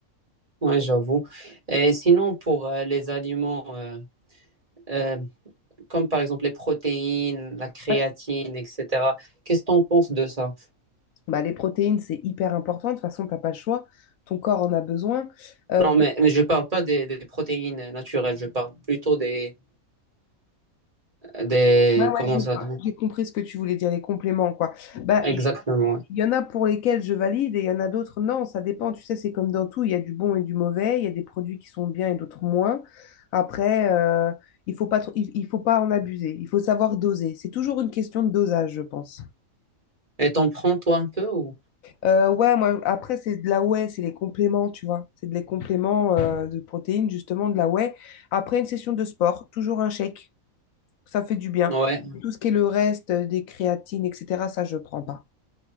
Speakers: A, on the right; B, on the left.
A: ouais, j'avoue. Et sinon, pour euh, les aliments, euh, euh, comme par exemple les protéines, la créatine,
B: Ouais.
A: etc., qu'est-ce que tu en penses de ça?
B: Bah, les protéines, c'est hyper important. De toute façon, t'as pas le choix. Ton corps en a besoin. Euh,
A: Non, mais, mais je parle pas des, des protéines naturelles, je parle plutôt des, des,
B: ouais, ouais,
A: comment
B: j'ai
A: ça,
B: j'ai compris ce que tu voulais dire, les compléments, quoi. Bah,
A: exactement.
B: il
A: ouais.
B: y en a pour lesquels je valide et il y en a d'autres, non, ça dépend. Tu sais, c'est comme dans tout, il y a du bon et du mauvais, il y a des produits qui sont bien et d'autres moins. Après, euh, il faut pas, trop- il, il faut pas en abuser, il faut savoir doser. C'est toujours une question de dosage, je pense.
A: Et t'en prends toi un peu ou?
B: Euh, ouais, moi, après, c'est de la whey, c'est les compléments, tu vois. C'est des compléments euh, de protéines, justement, de la whey. Après une session de sport, toujours un shake, ça fait du bien.
A: Ouais,
B: Tout ce qui est le reste, euh, des créatines, etc., ça, je prends pas.